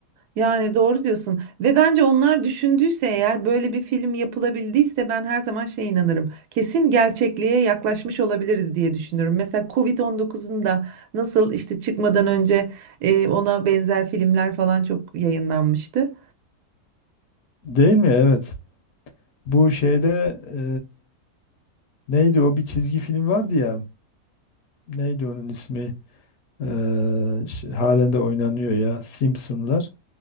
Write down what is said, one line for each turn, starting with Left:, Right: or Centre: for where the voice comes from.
Right: Yani doğru diyorsun. Ve bence onlar düşündüyse eğer böyle bir film yapılabildiyse ben her zaman şeye inanırım. Kesin gerçekliğe yaklaşmış olabiliriz diye düşünüyorum. Mesela Covid-19'un da nasıl işte çıkmadan önce e, ona benzer filmler falan çok yayınlanmıştı.
Left: Değil mi? Evet. Bu şeyde e, neydi o bir çizgi film vardı ya. Neydi onun ismi? Eee, ş- halen de oynanıyor ya Simpsonlar.